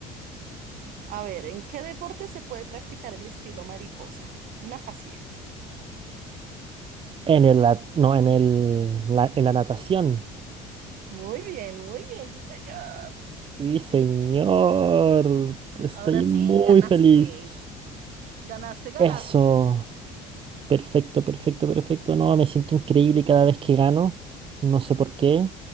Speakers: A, on the right; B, on the right.
A: A ver, ¿en qué deporte se puede practicar el estilo mariposa? Una fácil.
B: en el... at- No, en el... la- en la natación.
A: Muy bien, muy bien, sí, señor.
B: Sí, señor. Estoy
A: Ahora sí,
B: muy
A: ganaste.
B: feliz.
A: Ganaste, ganaste.
B: Eso. Perfecto, perfecto, perfecto. No, me siento increíble cada vez que gano. No sé por qué.